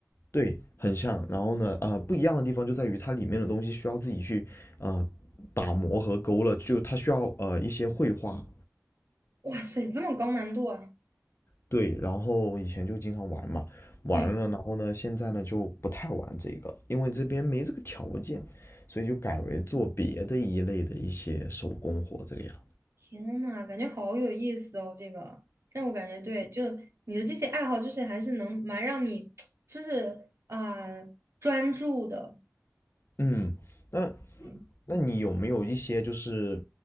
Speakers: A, on the left; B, on the right.
A: 对，很像。然后呢，呃，不一样的地方就在于它里面的东西需要自己去啊、呃打磨和勾勒，就它需要呃一些绘画。
B: 哇塞，这么高难度啊！
A: 对，然后以前就经常玩嘛，玩了，
B: 嗯。
A: 然后呢，现在呢就不太玩这个，因为这边没这个条件，所以就改为做别的一类的一些手工活这个样。
B: 天呐，感觉好有意思哦，这个。但我感觉对，就你的这些爱好，就是还是能蛮让你，<tsk> 就是啊、专注的。
A: 嗯，那
B: 嗯
A: 那你有没有一些就是